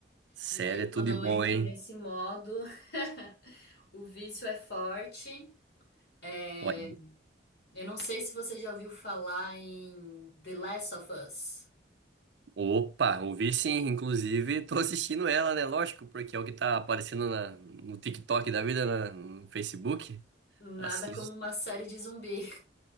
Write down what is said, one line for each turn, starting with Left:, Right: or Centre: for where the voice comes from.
Right: sério,
Left: E aí,
Right: é tudo
Left: quando eu
Right: de bom,
Left: entro
Right: hein?
Left: nesse modo, <laughs> o vício é forte. É,
Right: Olha,
Left: Eu não sei se você já ouviu falar em The Last of Us.
Right: Opa, ouvi sim, inclusive tô assistindo ela, né? Lógico, porque é o que tá aparecendo na- no TikTok da vida, na- no Facebook.
Left: Nada
Right: Assisto.
Left: como uma série de zumbi.